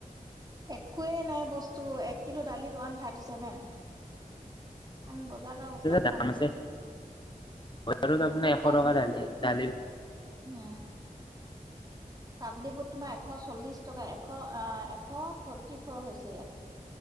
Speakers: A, on the right; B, on the left.
A: একোৱেই নাই বস্তু এক কিলো দালিত ওৱান থাৰ্টি ছেভেন। আমি বজাৰত আৰু সস্তাত
B: দাম
A: পাম
B: আছে
A: ন?
B: বজাৰত আপোনাৰ
A: বহুত
B: এশ
A: দাম
B: টকা
A: বস্তু
B: দালি দালিৰ
A: উম। কাবলি বুট তোমাৰ এশ চল্লিছ টকা, এশ আ এশ ফৰটি ফৰ হৈছে ইয়াত।